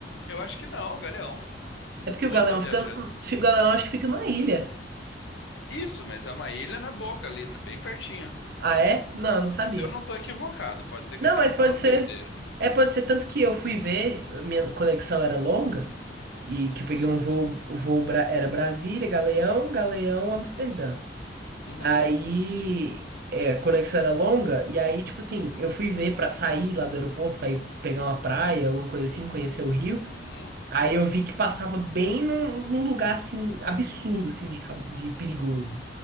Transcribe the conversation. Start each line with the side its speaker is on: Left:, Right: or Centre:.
Left: Eu acho que não, Galeão.
Right: É porque
Left: Ou
Right: o Galeão
Left: eu tô viajando?
Right: fica. O Galeão acho que fica na ilha.
Left: Isso, mas é uma ilha na boca ali, bem pertinho.
Right: Ah, é? Não, não sabia.
Left: Se eu não tô equivocado, pode ser
Right: Não,
Left: que eu esteja
Right: mas
Left: falando
Right: pode ser.
Left: besteira.
Right: É, pode ser. Tanto que eu fui ver, a minha conexão era longa, e
Left: Uhum,
Right: que eu peguei um voo, o voo Bra- era Brasília, Galeão, Galeão, Amsterdã.
Left: uhum,
Right: Aí, é, a conexão era longa, e aí, tipo assim, eu fui ver pra sair lá do aeroporto, pra ir pegar uma praia, alguma coisa assim, conhecer o Rio.
Left: uhum.
Right: Aí eu vi que passava bem num, num lugar, assim, absurdo, assim, de, ca- de perigoso.